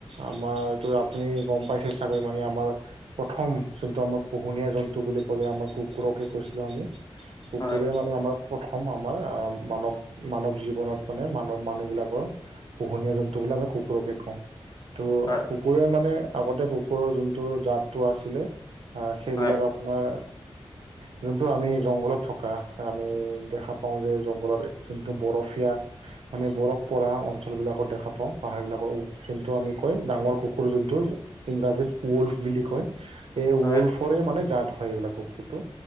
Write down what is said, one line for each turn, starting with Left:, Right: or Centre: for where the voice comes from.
Right: আমাৰ ত' আপুনি গম পাইছে চাগে মানে, আমাৰ প্ৰথম, যোনটো আমাৰ পোহনীয়া জন্তু বুলি ক'লে, আমাৰ কুকুৰকে কৈছিলোঁ আমি। কুকুৰে
Left: হয়
Right: মানে আমাৰ প্ৰথম আমাৰ মানৱ মানৱ জীৱনত মানে মানৱ মানুহবিলাকৰ। পোহনীয়া জন্তু বিলাক আমি কুকুৰকে খুৱাও তো
Left: হয়
Right: কুকুৰ। কুকুৰে মানে আগতে কুকুৰৰ যোনটো জাতটো আছিলে। সেইবিলাক
Left: হয়
Right: আপোনাৰ যোনটো আমি জংঘলত থকা আমি দেখা পাওঁ যে, জংঘলত যোনটো বৰফীয়া মানে বৰফ পৰা অঞ্চলবিলাকত দেখা পাওঁ, পাহাৰবিলাকৰ যোনটো আমি কয় ডাঙৰ কুকুৰ যোনটো। ইংৰাজীত ওৱল্ভ বুলি কয়। এই
Left: হয়
Right: ওলফৰে
Left: হয়
Right: মানে জাত হয় এইবিলাক কুকুৰটো